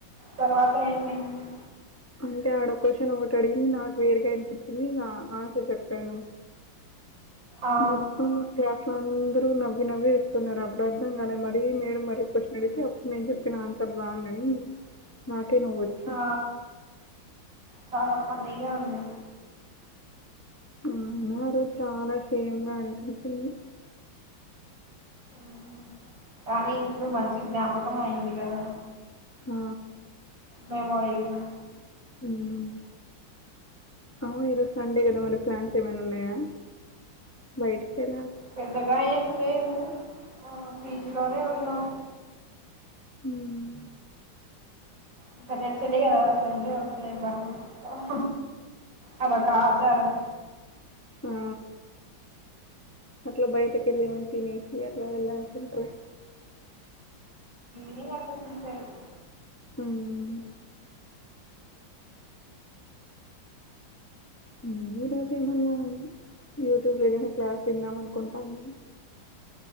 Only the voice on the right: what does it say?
తర్వాత ఏమైంది
ఆ
ఆ చాలా ఫన్నీగా ఉంది
మ్మ్. కానీ ఇప్పుడు మంచి జ్ఞాపకం అయింది కదా
మెమోరీగా
పెద్దగా ఏం లేవు ఆ పీజీలోనే ఉన్నాం
ఇంకా తెలిసిందే కదా సండే వస్తే బట్టలు ఉతుకుతాం అదొక ఆచారం
ఇగ అట్ల ఫుల్ <unintelligible>